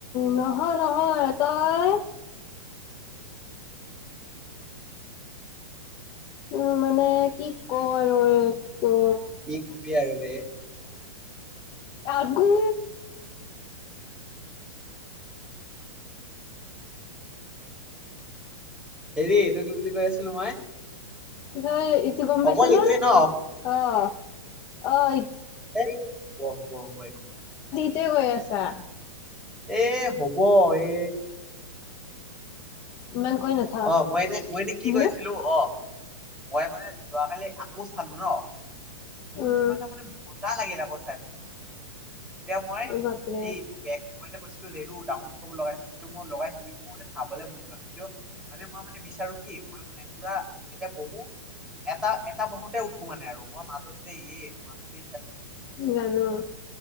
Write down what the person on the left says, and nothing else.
নহয় নহয় তই উম মানে কি কৰ
একটো
আগো
<inaudible> গম পাইছ
না
অঁ অঁ
কি কৈ আছা
ইমান কৈ নাথাক।
ইয়ে
উম,
বাপৰে
জানো